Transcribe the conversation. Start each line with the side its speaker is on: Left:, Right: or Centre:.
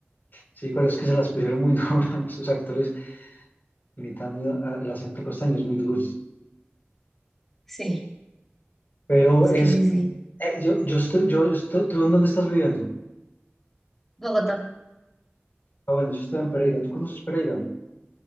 Left: sí, pero es que se las pusieron muy duras, <laughs> esos actores imitando a- el acento costeño es muy duro.
Centre: Sí,
Left: <laughs> Pero
Centre: sí,
Left: es,
Centre: sí, sí.
Left: eh, yo, yo estoy, yo estoy, ¿tú en dónde estás viviendo?
Centre: Bogotá,
Left: Ah, bueno, yo estoy en Pereira. ¿Tú conoces Pereira?